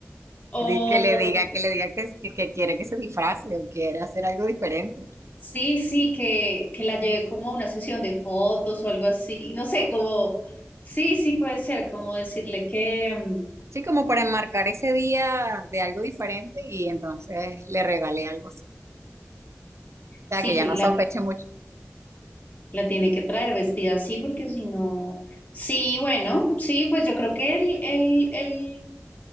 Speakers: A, on the left (about 30°); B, on the right (about 65°).
A: O
B: di- que le diga, que le diga que, que, que quiere que se disfrace o quiere hacer algo diferente.
A: sí, sí, que, que la lleve como a una sesión de fotos o algo así. No sé, como sí, sí puede ser, como decirle que mm,
B: Sí, como para enmarcar ese día de algo diferente y entonces le regale algo así. O
A: sí,
B: sea, que ya
A: que
B: no
A: la
B: sospeche mucho
A: La tiene que traer vestida así porque si no... Sí, bueno, sí, pues yo creo que él, él, él,